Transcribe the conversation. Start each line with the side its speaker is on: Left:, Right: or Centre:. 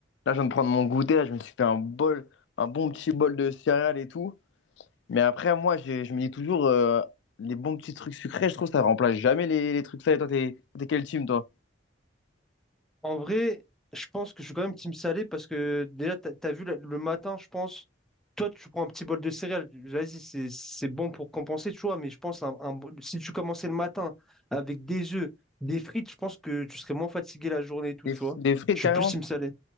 Left: Là, je viens de prendre mon goûter, là, je me suis fait un bol, un bon petit bol de céréales et tout. Mais après, moi, j'ai- je me dis toujours, euh, les bons petits trucs sucrés, je trouve, ça remplace jamais les, les trucs salés. Toi, t'es t'es quel team, toi?
Centre: En vrai, je pense que je suis quand même team salé parce que déjà, t'as, t'as vu la- le matin, je pense, toi, tu prends un petit bol de céréales. Vas-y, c'est, c'est bon pour compenser, tu vois, mais je pense un, un bol- si tu commençais le matin avec des œufs, des frites, je pense que tu serais moins fatigué la journée et tout,
Left: Des,
Centre: tu vois.
Left: des frites,
Centre: Je suis
Left: carrément?
Centre: plus team salé.